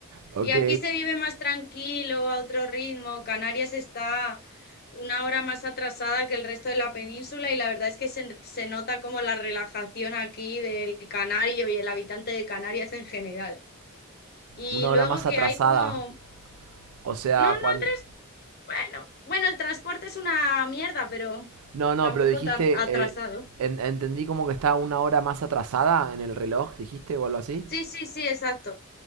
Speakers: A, on the right; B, on the left.
A: Ok.
B: Y aquí se vive más tranquilo, a otro ritmo. Canarias está una hora más atrasada que el resto de la península y la verdad es que se, se nota como la relajación aquí del canario y el habitante de Canarias en general. Y
A: Una hora
B: luego
A: más
B: que
A: atrasada.
B: hay como...
A: O sea,
B: No, no,
A: cuando...
B: tres... Bueno, bueno, el transporte es una mierda, pero
A: No, no,
B: tampoco
A: pero dijiste...
B: tan atrasado.
A: eh, en- entendí como que estaba una hora más atrasada en el reloj, dijiste, o algo así.
B: Sí, sí, sí, exacto.